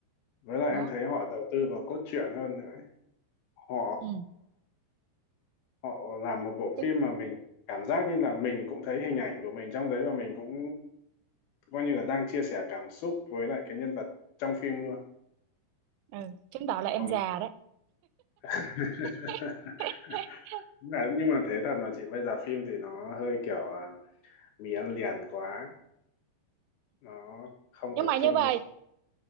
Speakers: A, on the left; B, on the right.
A: với lại
B: đó
A: em thấy họ đầu tư vào cốt truyện hơn nữa. ấy. Họ
B: ừ.
A: họ làm một bộ
B: chứ
A: phim mà mình cảm giác như là mình cũng thấy hình ảnh của mình trong đấy và mình cũng coi như là đang chia sẻ cảm xúc với lại cái nhân vật trong phim luôn.
B: ừ. chứng tỏ là em
A: Còn
B: già đấy
A: <laughs>
B: <laughs>
A: Đúng là- nhưng mà thế thật mà chị bây giờ phim thì nó hơi kiểu à, mì ăn liền quá nó không
B: nhưng
A: tập
B: mà
A: trung
B: như vậy